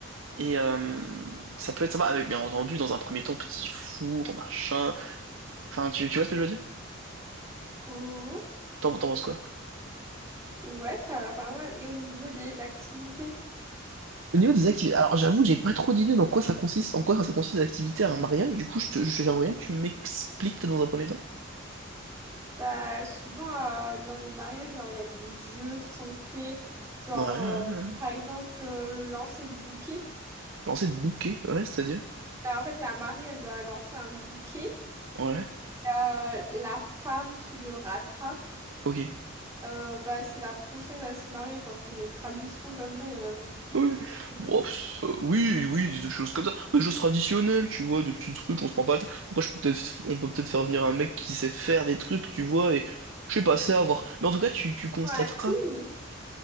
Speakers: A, on the right; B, on the right.
A: Et euh, ça peut être sympa avec, bien entendu, dans un premier temps, petit four, machin. Enfin, tu, tu vois ce que je veux dire?
B: Mhm.
A: T'en t'en penses quoi?
B: Ouais, ça a l'air pas mal. Et au niveau des activités?
A: Au niveau des activités, alors j'avoue, j'ai pas trop d'idées dans quoi ça consiste, en quoi ça consiste l'activité à un mariage. Du coup, je te- je- j'aimerais bien que tu m'expliques peut-être dans un premier temps.
B: Bah, souvent, euh, dans les mariages, genre, il y a des jeux qui sont faits. Genre,
A: Ouais, ouais,
B: euh,
A: ouais.
B: par exemple, euh, le lancer de bouquet.
A: Lancer de bouquet, ouais, c'est-à-dire?
B: Bah, en fait, la mariée, elle doit lancer un bouquet.
A: Ouais,
B: Euh, la femme qui le rattrape,
A: ok.
B: euh, bah, c'est la prochaine à se marier. Enfin, c'est des traditions comme ça, il y en a beaucoup
A: Ouais.
B: qui existent.
A: Bon, ça- oui, oui, des choses comme ça. Des choses traditionnelles, tu vois, des petits trucs, on se prend pas la tête. Après, je peux peut-être, on peut peut-être faire venir un mec qui sait faire des trucs, tu vois, et je sais pas, c'est à voir. Mais en tout cas, tu, tu constateras
B: Ouais, clown!